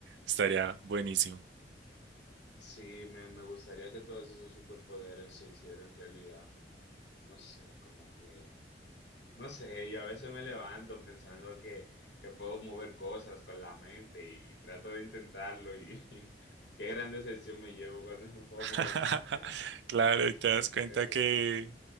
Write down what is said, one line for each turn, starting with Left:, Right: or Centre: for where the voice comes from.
Right: estaría buenísimo.
Left: Sí, me, me gustaría que todos esos superpoderes se hicieran realidad, no sé, como que... No sé, yo a veces me levanto pensando que, que puedo mover cosas con la mente y, trato de intentarlo y, <laughs> qué gran decepción me llevo cuando no puedo
Right: <laughs>
Left: mover nada. <laughs>
Right: Claro, y te das cuenta
Left: Pero,
Right: que